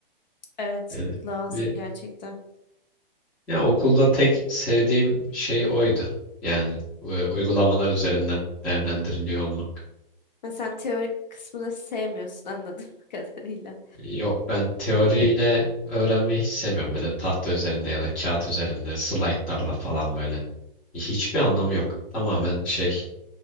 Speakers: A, on the left; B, in the centre.
A: Evet,
B: Yani
A: lazım
B: bir,
A: gerçekten.
B: ya okulda tek sevdiğim şey oydu. Yani e, uygulamalar üzerinden değerlendiriliyor olmak.
A: Ve sen teorik kısmını sevmiyorsun anladığım <laughs> kadarıyla.
B: Yok ben teoriyle öğrenmeyi hiç sevmiyorum böyle tahta üzerinde ya da kağıt üzerinde slaytlarla falan böyle. Hiçbir anlamı
A: Hmm.
B: yok. Tamamen şey